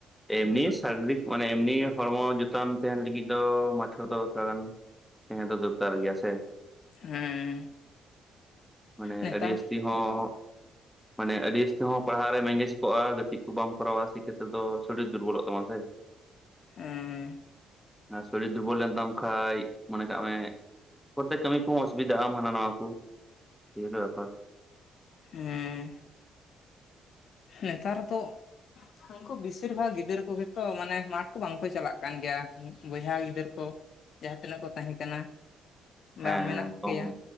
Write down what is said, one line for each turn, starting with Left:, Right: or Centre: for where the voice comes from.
Centre: ᱮᱢᱱᱤ ᱥᱟᱨᱤᱨᱤᱠ ᱢᱟᱱᱮ ᱮᱢᱱᱤ ᱦᱚᱲᱢᱚ ᱡᱩᱛᱟᱱ ᱛᱟᱦᱮᱱ ᱞᱟᱹᱜᱤᱫ ᱫᱚ ᱢᱟᱴᱷ ᱫᱚ ᱛᱷᱚᱲᱟ ᱜᱟᱱ ᱦᱮᱸ ᱛᱚ ᱫᱚᱨᱠᱟᱨ ᱜᱮᱭᱟ ᱥᱮ
Left: ᱦᱩᱸ
Centre: ᱢᱟᱱᱮ
Left: ᱱᱮᱛᱟᱨ
Centre: ᱟᱹᱰᱤ ᱡᱟᱹᱥᱛᱤ ᱦᱚᱸ ᱢᱟᱱᱮ ᱟᱹᱰᱤ ᱡᱟᱹᱥᱛᱤ ᱦᱚᱸ ᱯᱟᱲᱦᱟᱣ ᱨᱮᱢ ᱮᱸᱜᱮᱡ ᱠᱚᱜᱼᱟ᱾ ᱜᱟᱛᱮᱜ ᱠᱚ ᱵᱟᱢ ᱯᱚᱨᱚᱵᱥᱤ ᱠᱷᱮᱛᱨᱮ ᱫᱚ ᱥᱚᱨᱤᱨ ᱫᱩᱨᱵᱚᱞᱚᱜ ᱛᱟᱢᱟ ᱥᱮ
Left: ᱦᱮᱸ
Centre: ᱟᱨ ᱥᱚᱨᱤᱨ ᱫᱩᱨᱵᱚᱞ ᱞᱮᱱ ᱛᱟᱢ ᱠᱷᱟᱱ᱾ ᱢᱚᱱᱮ ᱠᱟᱜ ᱢᱮ ᱯᱨᱚᱛᱛᱮᱠ ᱠᱟᱹᱢᱤ ᱚᱥᱩᱵᱤᱫᱟ ᱟᱢ ᱦᱟᱱᱟ ᱱᱟᱣᱟ ᱠᱚ, ᱜᱤᱫᱽᱨᱹᱟ ᱟᱯᱟᱛ
Left: ᱦᱮᱸ ᱱᱮᱛᱟᱨ ᱛᱚ ᱩᱱᱠᱩ ᱵᱮᱥᱤᱨ ᱵᱷᱟᱜᱽ ᱜᱤᱫᱟᱹᱨ ᱠᱚᱜᱮ ᱛᱚ, ᱢᱟᱱᱮ ᱢᱟᱴᱷ ᱠᱚ ᱵᱟᱝᱠᱚ ᱪᱟᱞᱟᱜ ᱠᱟᱱ ᱜᱮᱭᱟ ᱵᱚᱭᱦᱟ ᱜᱤᱫᱟᱹᱨ ᱠᱚ᱾ ᱡᱟᱦᱟᱸ ᱛᱤᱱᱟᱹᱜ ᱠᱚ ᱛᱟᱦᱮᱸ ᱠᱟᱱᱟ᱾ ᱵᱟᱝ
Centre: ᱦᱮᱸ
Left: ᱢᱮᱱᱟᱜ ᱠᱚ
Centre: ᱠᱚᱢ
Left: ᱜᱮᱭᱟ᱾